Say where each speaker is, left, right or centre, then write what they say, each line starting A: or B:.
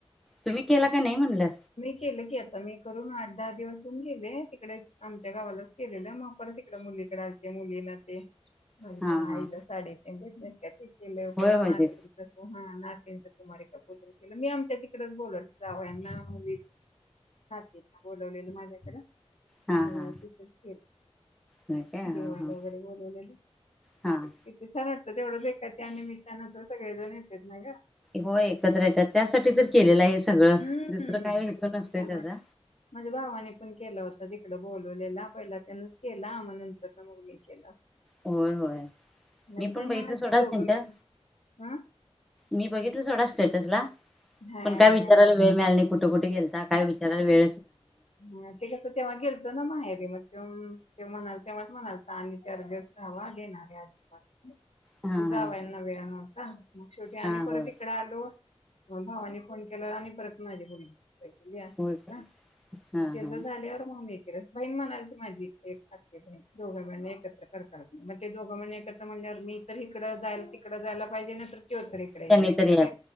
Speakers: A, in the centre; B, on the left.
A: तुम्ही केला काय नाही म्हणलं.
B: मी केलं की आता मी करून आठ दहा दिवसन गेले तिकडे आमच्या गावालाच केलेलं मग परत तिकडे मुलीकडे असते मुली न ते म्हण
A: हा
B: पण
A: हा
B: आईला साडे ते दक ते केले
A: होय
B: परत
A: होय
B: ना
A: ते
B: तर कुमार का पण केलं मी आमच्या तिकडेच बोलत जावयाना आणि जे ना बोलवलेलं माझ्याकडें आणि
A: हा हा
B: तिथच ख
A: होय काय
B: जे
A: हा
B: मला
A: हा
B: वगैरे बोलवलेलं
A: हा
B: किती छान तेवढं ब का त्या नििमित्तानां सगळेजण येतेत ना ग
A: हो एकत्र येतात त्यासाठी जर केलेला आहे सगळ
B: हम्म
A: दुसरं काय
B: किती
A: नसतंय
B: छान
A: त्याचा
B: वाटत माझ्या भावाने पण केला होता बोलवलेला पहिला त्यान केला मग नंतर ना मग मी केला.
A: होय होय
B: माझी
A: मी
B: बहीण
A: पण बघितलं
B: म्हणाल
A: सोडा
B: ती दोघं
A: त्यांच्या
B: मिळून हं?
A: मी बघितलं सोडा स्टेटस ला
B: हा.
A: पण काय विचारायला वेळ मिळाल नाही कुठे कुठे कुठे गेलता काय विचारलं वेळ नहीं
B: ह ते कसं तेव्हा गेलतो ना माहेरी मग त ते म्हणाल तेव्हाच म्हणाल तर आणि चर्जस रवा देणारे अधिक
A: हा हा
B: जावयाना वेळ नव्हता <inaudible> मग शेवटी
A: हा
B: आणि परत
A: होय
B: इकड आलो. भावानी फोन केला आणि परत माझे मुल वहिनी मी असा
A: होय
B: कसा?
A: का हा
B: त्याच
A: हा
B: झाल्यावर म बहीण म्हणालती माझी एक, दोघ मिळून एकत्र करताल का? मग ते दोघं म्हण एकत्र म्हणजे मी तर इकडं जाय तिकड जायला पाहिजे नाही तर त्यो तर इकडे
A: त्यांनी
B: यायला पाहिजे,
A: तर